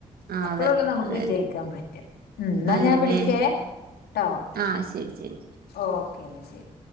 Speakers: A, on the right (about 70°); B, on the left (about 80°).
A: ആ
B: അപ്പോയുള്ളു
A: അതെ
B: നമുക്ക്
A: അതന്നെ
B: വിജയിക്കാൻ പറ്റാ ഉം ന്നാ
A: അതന്നെ
B: ഞാൻ വിളിക്കേ ട്ടോ
A: ആ ശരി ശരി
B: ഓക്കേ ന്നാ ശരി